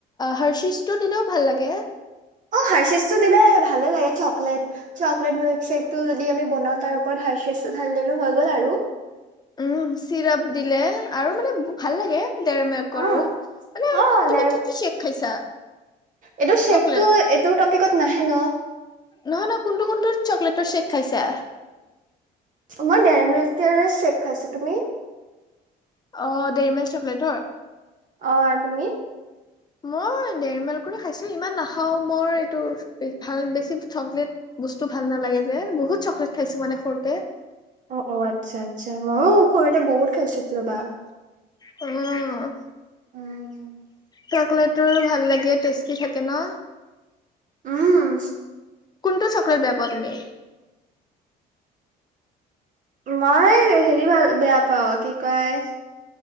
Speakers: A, on the left (about 25°); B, on the right (about 50°).
A: হৰ্ষিজটো দিলেও ভাল লাগে।
B: অ হাৰচিচ টো দিলে ভালে লাগে চকলেট চকলেট মিল্কশেকটো যদি আমি বনাওঁ তাৰ ওপৰত হাৰেচ টো ঢালি দিলো হৈ গ'ল আৰু
A: উম, চিৰাপ দিলে আৰু মানে ভাল লাগে। দেৰ মেৰ কৰো
B: অ
A: মানে
B: অ
A: তুমি
B: দেৰ
A: কি কি চেক খাইছা
B: এইটো শ্বেকটো
A: চকলেট
B: এইটো টপিকত নাহে ন।
A: নহয় নহ কোনটো কোনটো চকলেটৰ চেক খাইছা?
B: মই দেৰ মেকৰ চেক খাইছো তুমি?
A: অ দেৰি মেকল চকলেটৰ
B: অ তুমি
A: মই দেৰ মাইল কৰি খাইছো ইমান নাখাও মই এইটো ভাল বেছি চকলেট বস্তু ভাল নালাগে যে বহুত চকলেট খাইছো মানে সৰুতে
B: অ অ আচ্ছা আচ্ছা মইয়ো‌ সৰুতে বহুত খাইছো ৰবা।
A: উম।
B: উম
A: চকলেটৰ ভাল লাগে, টেষ্টি থাকে ন।
B: উম।
A: কোনটো চকলেট বেয়া পোৱা তুমি?
B: মই হেৰি ভাল বেয়া পাওঁ কি কয়,